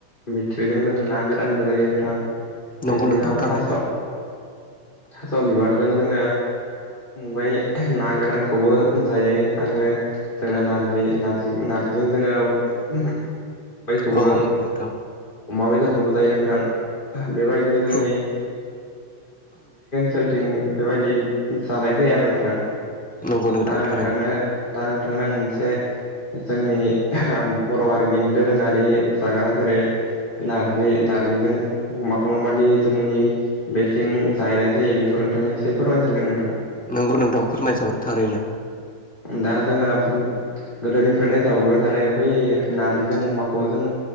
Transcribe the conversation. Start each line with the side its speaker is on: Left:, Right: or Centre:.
Left: बिथ्रिजों जोंङो ना गोदानबो जायो नोंथां। बेनि
Centre: नंगौ नोंथां
Left: उनाव
Centre: थारैनो
Left: थास' थास' बिबारजों जोंङो। बै ना गोरानखौबो जायो आरो जोंना नारजि नारजि नारजिजों। जोंङो बायखौबो
Centre: औ नंगौ नोंथां
Left: अमा बेदरखौबो जायो नोंथां बेबायदिनो जोंनि
Centre: औ
Left: सलथिं बेबायदि जानाय जायो आरो नोंथां
Centre: नंगौ नोंथां
Left: दा आं नोंथांनो
Centre: थारैनो
Left: दा नोंथांनो आं मोनसे जोंनि बर' हारिनि दोरोंङारि जाग्रा जेरै नारजि नारजिजों एखमबा माबादि जोंनि बेथिं जाहैनाय जायो बेखौ नोंथांनि एसे फोरमायनो सानदों नोंथां।
Centre: नोंगौ नोंदांनो फोरमाय जागोन थारैनो
Left: दा जोंङो गोदोनिफ्रायनो जाबोबाय थानाय बै नार्जिजों अमाखौ जों